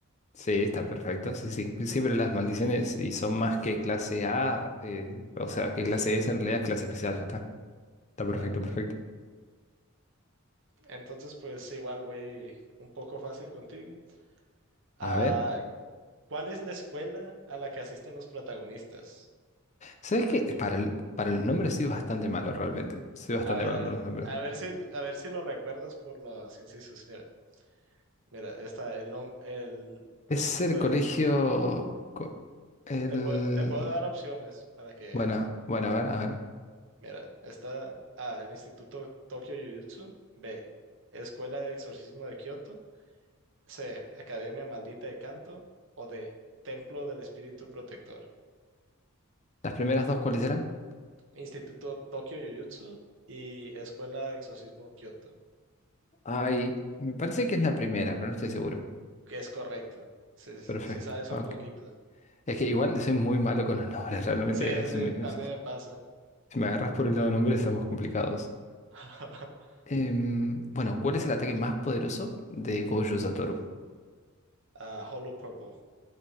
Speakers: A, on the left; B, on the right.
A: Sí, está perfecto. Sí, sí. Siempre las maldiciones y son más que clase A, eh, o sea, que
B: Entonces,
A: clase
B: eh,
A: S en realidad es clase especial, ya está. Está perfecto,
B: claro,
A: perfecto.
B: claro. Entonces, pues igual voy un poco fácil contigo. Ah,
A: A ver,
B: ¿cuál es la escuela a la que asisten los protagonistas?
A: ¿sabes
B: Ok,
A: qué? Para, el- para los nombres soy bastante malo realmente. Soy bastante
B: A ver,
A: malo
B: a ver,
A: para los nombres.
B: a ver si, a ver si lo recuerdas por los incisos. Mira, mira, está el no, el,
A: Es el
B: lo-
A: colegio. co- El.
B: te puedo, te puedo dar opciones para que,
A: Bueno, bueno, a ver, a ver.
B: mira, está A, el Instituto Tokyo Jujutsu, B, Escuela de Exorcismo de Kioto, C, Academia Maldita de Canto, o D, Templo del Espíritu Protector,
A: ¿Las primeras dos cuáles eran?
B: Instituto Tokyo Jujutsu y Escuela de Exorcismo Kioto,
A: Ay, me parece que es la primera, pero no estoy seguro.
B: que es correcto. Sí, sí,
A: Perfecto.
B: sí, sí sabes un
A: ok.
B: poquito.
A: Es que igual soy muy malo con los nombres, <laughs> realmente.
B: Sí,
A: eh,
B: sí,
A: Si
B: sí,
A: me,
B: también me pasa.
A: si me agarras por el lado de nombres, estamos complicados.
B: <laughs>
A: Em, bueno, ¿cuál es el ataque más poderoso de Gojo Satoru?
B: a Hollow Purple.